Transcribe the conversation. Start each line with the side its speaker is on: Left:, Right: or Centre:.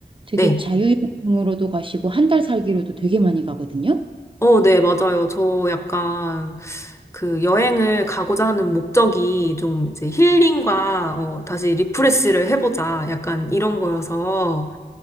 Right: 되게
Left: 네.
Right: 자유여행으로도 가시고 한 달 살기로도 되게 많이 가거든요.
Left: 어, 네, 맞아요. 저 약간 그 여행을 가고자 하는 목적이 좀 이제 힐링과 어, 다시 리프레시를 해보자. 약간 이런 거여서.